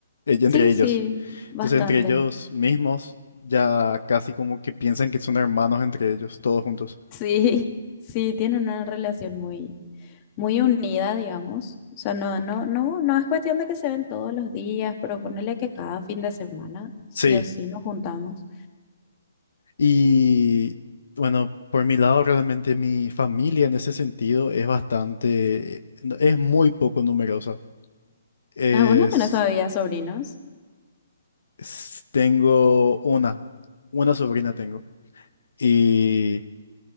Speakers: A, on the left; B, on the left.
A: Ell- entre
B: sí,
A: ellos.
B: sí, bastante.
A: Entonces entre ellos mismos ya casi como que piensan que son hermanos entre ellos, todos juntos.
B: Sí, <laughs> sí, tienen una relación muy, muy unida, digamos. O sea, no, no, no, no es cuestión de que se ven todos los días, pero ponerle que cada fin de semana, sí
A: Sí.
B: o sí, nos juntamos.
A: Y bueno, por mi lado realmente mi familia en ese sentido es bastante, no, es muy poco numerosa. Es,
B: Ah, vos no tenés todavía sobrinos.
A: es- tengo una, una sobrina tengo. Y